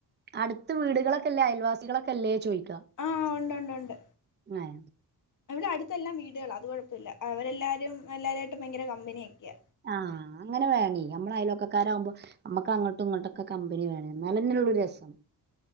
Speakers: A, on the right (about 25°); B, on the left (about 50°).
A: അടുത്ത് വീടുകളൊക്കെല്ലേ അയൽവാസികളൊക്കെല്ലേ ചോയ്ക
B: ആഹ് ഉണ്ട് ഉണ്ട് ഉണ്ട്
A: ങ്ങേ
B: ഇവിടെ അടുത്തെല്ലാം വീടുകളാ അത്കൊഴ തുല്ലാ അവരെല്ലാരും എല്ലാരേ ഭയങ്കര കമ്പിയൊക്കെയാ
A: ആഹ് അങ്ങനെ വേണേയ് നമ്മള അയൽവക്കക്കാരാവുമ്പോ നമ്മക്കങ്ങട്ടും ഇങ്ങട്ടൊക്കെ കമ്പനി വേണ എന്നാലെന്നെള്ളൊരു രസം